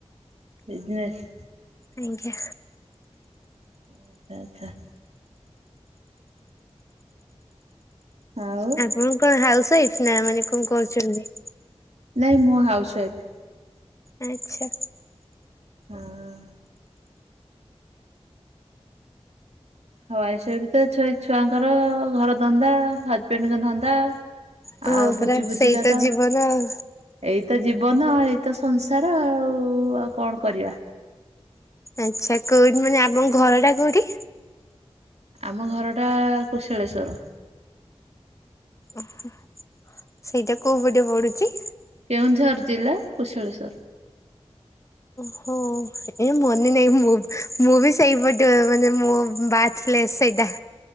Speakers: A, on the right; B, on the left.
A: ବିଜନେସ୍।
B: ଆଜ୍ଞା।
A: ଆଛା ଆଛା। ଆଉ
B: ଆପଣ କଣ ହାଉସ ୱାଇଫ ନା ମାନେ କଣ କରୁଛନ୍ତି?
A: ନାଇଁ ମୁଁ ହାଉସ ୱାଇଫ୍।
B: ଆଛା।
A: ହଁ ଅ ହାଉସୱାଇଫ ତ ଛୁଆଙ୍କର ଘର ଧନ୍ଦା ହଜବେଣ୍ଡଙ୍କ ଧନ୍ଦା
B: ହଁ
A: ଆଉ
B: ପରା
A: ବୁଝୁ ବୁଝିକା
B: ସେଇ
A: ତ
B: ଜୀବନ ଆଉ
A: ଏଇତ ଜୀବନ, ଏଇତ ସଂସାର ଆଉ, ଆଉ କଣ କରିବା?
B: ଆଛା, କୋଉଠି ମାନେ ଆପଣ ଘରଟା କୋଉଠି?
A: ଆମ ଘରଟା କୁଶଳେଶ୍ଵର।
B: ଓହୋ ସେଇଟା କୋଉ ପଟେ ପଡୁଛି?
A: କେଉଁଝର ଜିଲ୍ଲା କୁଶଳେଶ୍ୱର।
B: ହଁ ଏ ମନେ ନାହିଁ ମୋର ମୁଁ ବି ସେଇପଟେ ମାନେ ମୋ ବାର୍ଥ ପ୍ଲେସ ସେଇଟା।